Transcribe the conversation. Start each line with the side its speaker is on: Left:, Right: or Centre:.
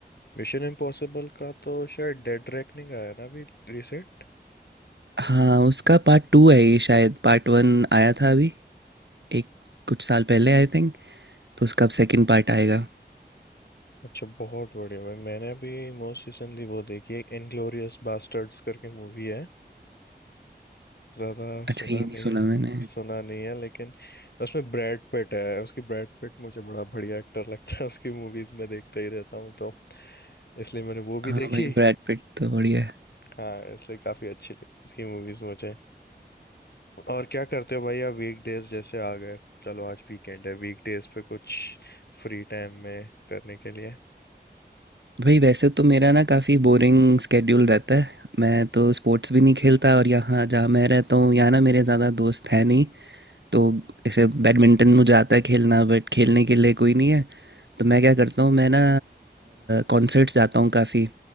Left: मिशन इम्पॉसिबल का तो शायद डेड रेकनिंग आया ना अभी रिसेंट
Right: हाँ उसका पार्ट टू है ये शायद पार्ट वन आया था अभी एक कुछ साल पहले आई थिंक तो उसका अब सेकंड पार्ट आएगा।
Left: अच्छा बहुत बढ़िया भाई मैंने अभी मोस्ट रिसेंटली वो देखी है इनग्लोरियस बास्टर्ड्स करके मूवी है ज्यादा
Right: अच्छा
Left: सुना
Right: ये नहीं
Left: नहीं है
Right: सुना मैंने।
Left: सुना नहीं है लेकिन उसमें ब्रैड पिट है उसकी ब्रैड पिट मुझे बड़ा बढ़िया एक्टर लगता है उसकी मूवीज में देखता ही रहता हूँ तो इसलिए मैंने वो भी
Right: हाँ
Left: देखी
Right: भाई ब्रैड पिट तो बढ़िया है।
Left: हाँ इसलिए काफी अच्छी लगी उसकी मूवीज मुझे और क्या करते हो भाई आप वीकडेज जैसे आ गए चलो आज वीकेंड है वीकडेज पे कुछ फ्री टाइम में करने के लिए
Right: भाई वैसे तो मेरा ना काफ़ी बोरिंग स्केड्यूल रहता है। मैं तो स्पोर्ट्स भी नहीं खेलता और यहाँ जहाँ मैं रहता हूँ यहाँ ना मेरे ज़्यादा दोस्त हैं नहीं। तो ऐसे बैडमिंटन मुझे आता है खेलना बट खेलने के लिए कोई नहीं है। तो मैं क्या करता हूँ मैं ना कॉन्सर्ट्स जाता हूँ काफ़ी।